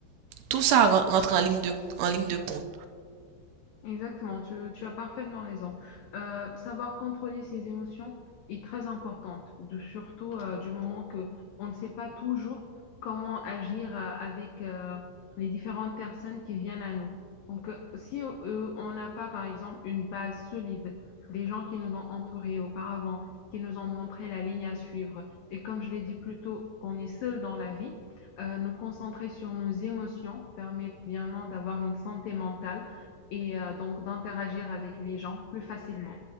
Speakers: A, on the right; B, on the left.
A: tout ça ren- rentre en ligne de, en ligne de compte.
B: Exactement, tu, tu as parfaitement raison. Euh, savoir contrôler ses émotions est très importante, de- surtout euh, du moment que on ne sait pas toujours comment agir euh, avec euh, les différentes personnes qui viennent à nous. Donc, euh, si euh, on n'a pas, par exemple, une base solide des gens qui nous ont entourés auparavant, qui nous ont montré la ligne à suivre, et comme je l'ai dit plus tôt, qu'on est seul dans la vie, euh, nous concentrer sur nos émotions permet bien d'avoir une santé mentale et euh, donc d'interagir avec les gens plus facilement.